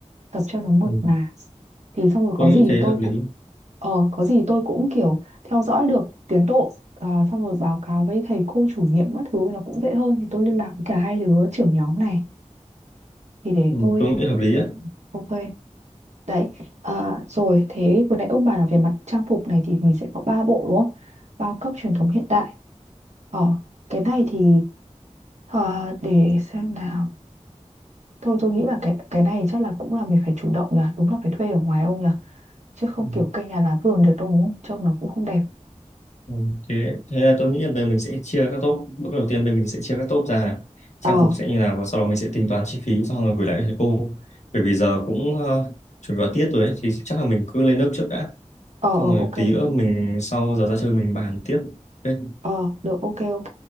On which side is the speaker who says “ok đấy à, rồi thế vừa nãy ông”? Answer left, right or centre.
Right